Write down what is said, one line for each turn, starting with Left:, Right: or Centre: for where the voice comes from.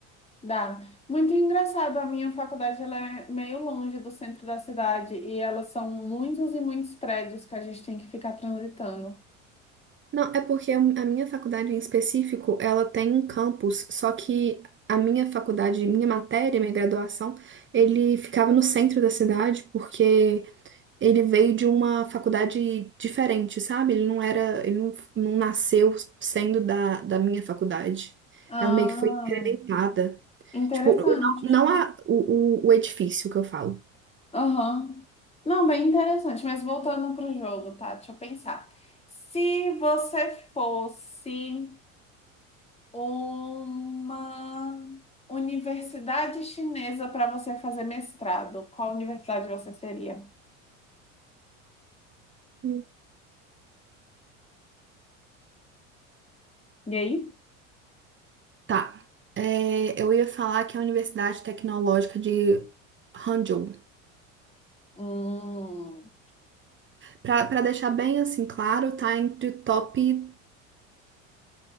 Left: Dá. Muito engraçado, a minha faculdade ela é meio longe do centro da cidade e elas são muitos e muitos prédios que a gente tem que ficar transitando.
Right: Não, é porque a minha faculdade em específico, ela tem um campus, só que a minha faculdade, minha matéria, minha graduação, ele ficava no centro da cidade, porque ele veio de uma faculdade diferente, sabe? Ele não era, ele não, não nasceu sendo da, da minha faculdade.
Left: Ah,
Right: Ela meio que foi incrementada.
Left: interessante.
Right: Tipo, o- não, não a, o, o, o edifício que eu falo.
Left: Aham. Não, bem interessante, mas voltando para o jogo, tá? Deixa eu pensar. Se você fosse uma universidade chinesa para você fazer mestrado, qual universidade você seria?
Right: Hum.
Left: E aí?
Right: Tá. É, eu ia falar que é a Universidade Tecnológica de Hangzhou.
Left: Hum,
Right: Pra, pra deixar bem assim claro, tá entre o top,